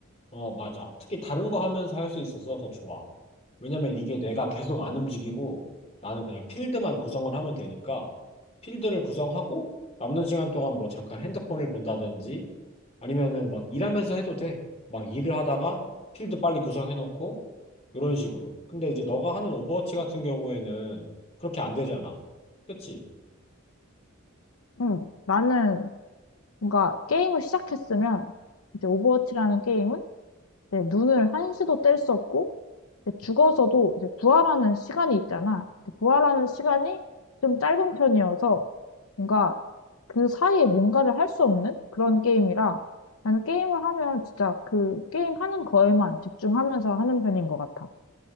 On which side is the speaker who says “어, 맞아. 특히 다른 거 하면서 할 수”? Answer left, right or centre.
Left